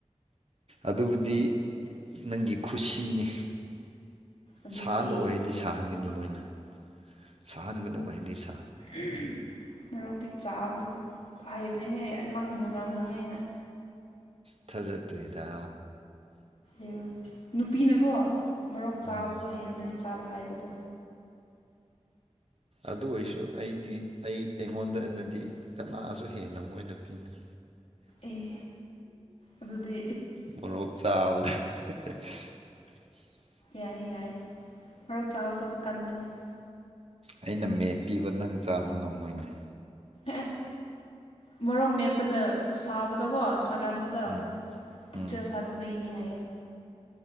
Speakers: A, on the right; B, on the left.
A: ꯑꯗꯨꯕꯨꯗꯤ ꯅꯪꯒꯤ ꯈꯨꯁꯤꯅꯤ
B: ꯑꯗꯨꯗꯤ
A: ꯁꯥꯍꯜꯂꯣ ꯑꯩꯍꯗꯤ ꯁꯥꯍꯟꯒꯅꯤ ꯃꯣꯏꯅ ꯁꯥꯍꯟꯒꯅꯨ ꯑꯩꯗꯤꯅꯤ
B: ꯍꯝ ꯃꯔꯣꯔꯣꯛꯇꯤ ꯆꯥꯕ ꯍꯩꯕꯅꯦꯍꯦ ꯅꯪꯕꯨ ꯉꯝꯒꯅꯤ ꯍꯥꯏꯩꯅ
A: ꯊꯖ ꯇꯦꯗ
B: ꯑꯦ ꯅꯨꯄꯤꯅꯀꯣ ꯃꯔꯣꯛ ꯆꯥꯕꯗꯣ
A: ꯎꯝ
B: ꯍꯦꯟꯒꯅꯤ ꯆꯥꯕ ꯍꯥꯏꯕꯗꯣ
A: ꯑꯗꯨ ꯑꯣꯏꯔꯁꯨ ꯑꯩꯗꯤ ꯑꯩ ꯑꯩꯉꯣꯟꯗꯅꯗꯤ ꯀꯅꯥꯁꯨ ꯍꯦꯟꯅ ꯃꯣꯏꯅ ꯄꯤꯅꯩ
B: ꯑꯦ ꯑꯗꯨꯗꯤ
A: ꯃꯣꯔꯣꯛ <unintelligible>
B: ꯌꯥꯏ ꯌꯥꯏ ꯃꯔꯧ ꯆꯥꯕꯗꯣ ꯀꯟꯕꯅꯤ <inaudible>
A: ꯑꯩꯅ ꯃꯦꯠ ꯄꯤꯕ ꯅꯪ ꯆꯥꯕ ꯉꯝꯃꯣꯏꯅꯦ
B: ꯑꯦ ꯃꯣꯔꯣꯛ ꯃꯦꯠꯄꯗ ꯁꯥꯕꯗꯀꯣ ꯑꯀꯥꯟꯕꯗꯣ
A: ꯎꯝ
B: ꯄꯨꯛꯆ
A: ꯎꯝ
B: ꯐꯠꯇꯕꯒꯤꯅꯤ ꯍꯥꯏꯌꯦ